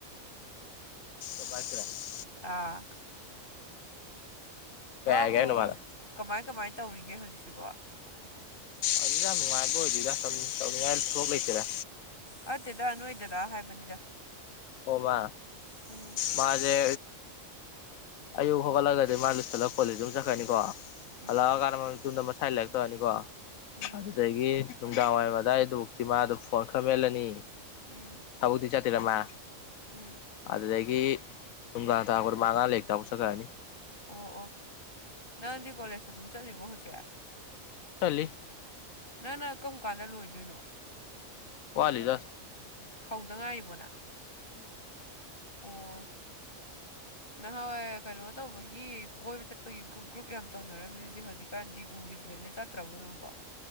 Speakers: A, on the left; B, on the left.
A: ꯄꯥꯏꯔꯛꯇꯔꯦ
B: ꯑꯥ
A: ꯀꯩ
B: ꯍꯕꯨ
A: ꯍꯥꯏꯒꯦ ꯍꯥꯏꯅꯣ ꯃꯥꯅ
B: ꯀꯃꯥꯏ ꯀꯃꯥꯏ ꯇꯧꯔꯤꯒꯦ ꯍꯧꯖꯤꯛꯁꯤꯕꯣ <unintelligible> <unintelligible>
A: ꯑꯗꯨ ꯌꯥꯝ ꯅꯨꯡꯉꯥꯏꯕ ꯑꯣꯏꯗꯣꯏꯗ ꯇꯧꯅꯤꯡꯉꯥꯏ ꯊꯕꯛ ꯂꯩꯇꯦꯗ
B: ꯅꯠꯇꯦꯗ ꯅꯣꯏ ꯗꯥ ꯗꯥ ꯍꯥꯏꯕꯅꯤꯗ
A: ꯑꯣ ꯃꯥ
B: ꯎꯝ
A: ꯃꯥꯖꯦ ꯑꯌꯨꯛ ꯍꯧꯒꯠꯂꯒꯗꯤ ꯃꯥ ꯂꯨꯁꯤꯜꯂꯒ ꯀꯣꯂꯦꯖ ꯑꯗꯨꯝ ꯆꯠꯈ꯭ꯔꯅꯤꯀꯣ
B: ꯎꯝ
A: ꯍꯜꯂꯛꯑ ꯀꯥꯟꯗ ꯃꯥ ꯌꯨꯟꯗ ꯃꯁꯥꯏ ꯂꯥꯏꯔꯤꯛ ꯇꯅꯤꯀꯣ
B: ꯎꯝ
A: ꯑꯗꯨꯗꯒꯤ ꯅꯨꯡꯗꯥꯡꯋꯥꯏꯔꯝ ꯑꯗꯥꯏꯗꯨꯕꯨꯛꯇꯤ ꯃꯥ ꯐꯣꯟ ꯈꯔ ꯃꯦꯠꯂꯅꯤ
B: ꯎꯝ
A: ꯊꯕꯛꯇꯤ ꯆꯠꯇꯦꯗ ꯃꯥ
B: ꯎꯝ
A: ꯑꯗꯨꯗꯒꯤ ꯅꯨꯡꯗꯥꯡ ꯇꯥꯔꯛꯄꯗ ꯃꯥ ꯑꯉꯥꯡ ꯂꯥꯕꯡꯔꯤꯛ ꯇꯥꯛꯄ ꯆꯠꯈ꯭ꯔꯑꯅꯤ
B: ꯑꯣ ꯑꯣ ꯅꯪꯗꯤ ꯀꯣꯂꯦꯁ ꯑꯗꯨꯝ ꯆꯠꯂꯤꯕꯣ ꯍꯧꯖꯤꯛ
A: ꯆꯠꯂꯤ
B: ꯅꯪ ꯅ ꯀꯝ ꯀꯥꯟꯗ ꯂꯣꯏꯗꯣꯏꯅꯣ <unintelligible>
A: ꯋꯥꯠꯂꯤꯗ
B: ꯍꯧꯗ ꯉꯥꯏꯔꯤꯕꯣꯅ
A: ꯎꯝ
B: ꯑꫭ ꯅꯍꯥꯋꯥꯏ ꯀꯩꯅꯣ ꯇꯧꯕꯒꯤ ꯀꯣꯏꯕ ꯆꯠꯄꯒꯤ ꯒ꯭ꯔꯨꯞ ꯒ꯭ꯔꯨꯞ ꯌꯥꯝ ꯇꯧꯅꯔꯝꯃꯤꯖꯤ ꯍꯧꯖꯤꯛꯀꯥꯟꯗꯤ ꯎꯒꯤꯗ꯭ꯔꯦꯅꯦ ꯆꯠ ꯇ꯭ꯔꯕꫭ ꯅꯪꯕꫭ